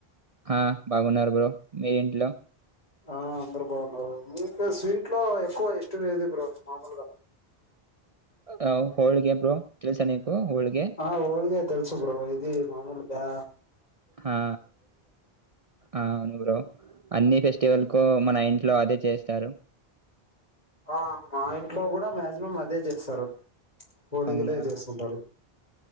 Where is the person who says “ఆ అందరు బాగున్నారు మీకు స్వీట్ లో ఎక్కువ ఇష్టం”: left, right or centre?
Left